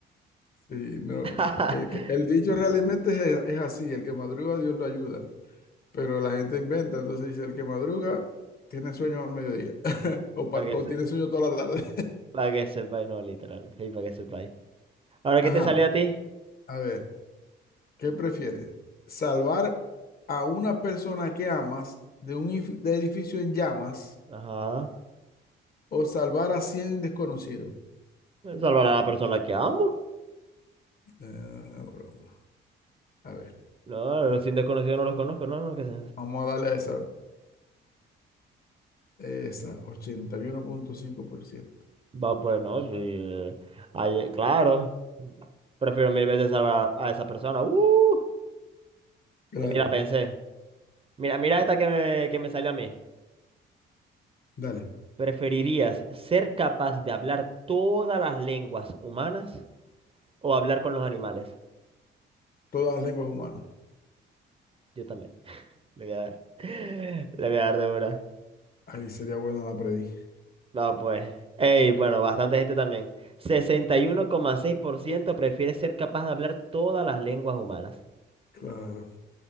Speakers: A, on the left; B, on the right.
A: Sí, no.
B: <laughs>
A: eh, que el dicho realmente es, es así, el que madruga Dios lo ayuda, pero la gente inventa, entonces dice, el que madruga tiene sueño al mediodía <laughs> o, par-
B: Para que,
A: o
B: se,
A: tiene sueño toda la tarde.
B: pa' que sepáis, no, literal. Y para que sepáis.
A: <laughs>
B: Ahora,
A: Ajá,
B: ¿qué te salió a ti?
A: a ver, ¿qué prefieres? ¿Salvar a una persona que amas de un if- de edificio en llamas
B: Ajá.
A: o salvar a 100 desconocidos?
B: Salvar a la persona que amo.
A: Eh, broma. A ver,
B: No, los sin desconocidos no los conozco, no, no, que sé.
A: vamos a darle a esa, a ver. Esa, ochenta y uno punto cinco por ciento.
B: Va, pues no, sí. eh, ay, eh, claro. Prefiero mil veces salvar a, a esa persona. ¡Uh!
A: Claro,
B: Que ni la pensé. Mira, mira esta que me, que me salió a mí.
A: dale,
B: ¿Preferirías ser capaz de hablar todas las lenguas humanas o hablar con los animales?
A: todas las lenguas humanas.
B: Yo también. Le voy a dar. <gasps> <laughs> Le voy a dar de una.
A: Ahí sería buena la predí.
B: No, pues. Ey, bueno, bastante gente también. sesenta y uno coma seis por ciento prefiere ser capaz de hablar todas las lenguas humanas.
A: Claro.